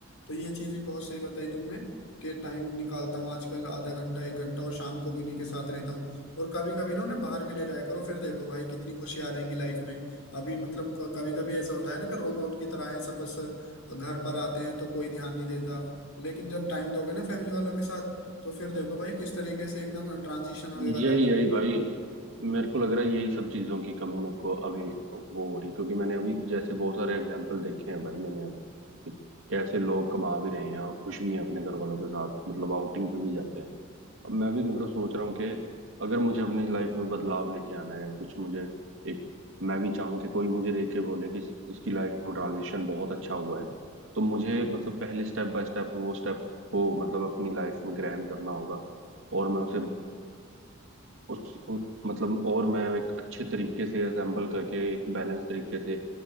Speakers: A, on the left (about 85°); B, on the right (about 65°).
A: तो ये चीज़ भी बहुत सही बताई तुमने के टाइम निकालता हूँ आजकल आधा घंटा एक घंटा और शाम को भी उन्हीं के साथ रहता हूँ और कभी कभी ना उन्हें बाहर भी ले जाया करो फिर देखो भाई कितनी खुशी आ जाएंगी लाइफ में अभी मतलब कभी कभी ऐसा होता है ना कि रोबोट की तरह है सब बस घर पर आते हैं तो कोई ध्यान नहीं देता लेकिन जब टाइम दोगे ना फैमिली वालों के साथ तो फिर देखो भाई किस तरीके से एकदम ट्रांजिशन होएगा
B: यही
A: लाइफ
B: यही
A: में।
B: भाई मेरे को लग रहा है यही सब चीजों की कमी मेरे को अभी वो हो रही है क्योंकि मैंने अभी जैसे बहुत सारे एग्जांपल देखे हैं भाई मैंने अब कि कैसे लोग कमा भी रहे हैं और खुश भी हैं अपने घर वालों के साथ मतलब आउटिंग पे भी जाते हैं अब मैं भी मतलब सोच रहा हूँ कि अगर मुझे अपनी लाइफ में बदलाव लेके आना है कुछ मुझे एक मैं भी चाहूँ कि कोई मुझे देख के बोले कि इस- इसकी लाइफ में ट्रांजिशन बहुत अच्छा हुआ है तो मुझे मतलब पहले स्टेप बाय स्टेप वो स्टेप को मतलब अपनी लाइफ में ग्रहण करना होगा और मैं उसे उस, उस मतलब और मैं एक अच्छे तरीके से असेंबल करके एक बैलेंस तरीके से